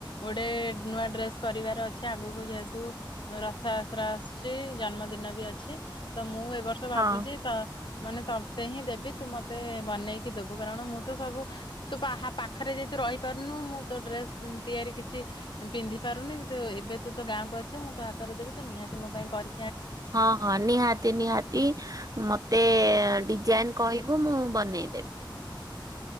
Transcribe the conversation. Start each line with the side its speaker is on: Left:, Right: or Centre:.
Left: ଗୋଟେ ନୂଆ ଡ୍ରେସ୍ କରିବାର ଅଛି ଆଗକୁ ଯେହେତୁ ରଥଯାତ୍ରା ଆସୁଛି, ଜନ୍ମଦିନ ବି ଅଛି ତ ମୁଁ ଏ ବର୍ଷ ଭାବୁଛି
Right: ହଁ।
Left: ତ ମାନେ ତତେ ହିଁ ଦେବି ତୁ ମତେ ବନେଇକି ଦେବୁ କାରଣ ମୁଁ ତ ସବୁ ତୁ ପାହା ପାଖରେ ଯେହେତୁ ରହିପାରୁନୁ ମୁଁ ତୋ ଡ୍ରେସ ତିଆରି କିଛି ପିନ୍ଧି ପାରୁନି ତ ଏବେ ତୁ ତୋ ଗାଁକୁ ଆସିବୁ ମୁଁ ତୋ ହାତରେ ଦେବି ତୁ ନିହାତି ମୋ ପାଇଁ କରି
Right: ହଁ ହଁ ନିହାତି ନିହାତି। ମତେ ଡିଜାଇନ କହିବୁ ମୁଁ ବନେଇଦେ